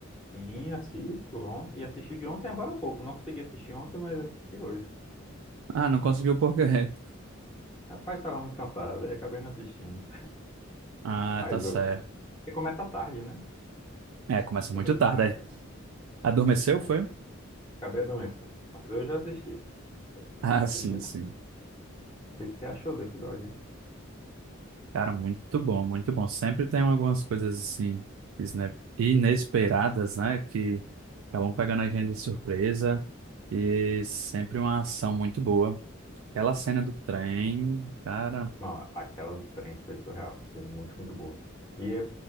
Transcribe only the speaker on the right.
Ah, não conseguiu por quê? <laughs>
Ah,
tá certo.
É, começa
muito
tarde.
Adormeceu,
foi? <laughs>
Ah,
sim,
sim.
Cara, muito bom, muito bom. Sempre tem algumas coisas assim isne- inesperadas, né? Que acabam pegando a gente de surpresa e sempre uma ação muito boa. Aquela cena do trem, cara,